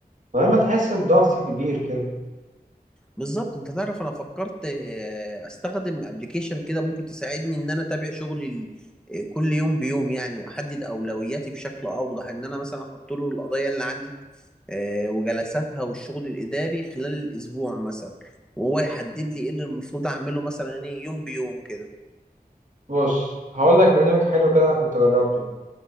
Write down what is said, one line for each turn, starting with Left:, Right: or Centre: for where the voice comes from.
Right: من غير ما تحس بضغط كبير كده
Centre: بالظبط انت تعرف انا فكرت آه، استخدم ابلكيشن كده ممكن تساعدني ان انا اتابع شغلي ال- آه، كل يوم بيوم يعني واحدد اولوياتي بشكل اوضح ان انا مثلا احط له القضايا اللي عندي آه، وجلساتها والشغل الإداري خلال الأسبوع مثلا وهو يحدد لي إيه اللي المفروض أعمله مثلا إيه يوم بيوم كده
Right: بص هقول لك برنامج حلو كده أنا كنت جربته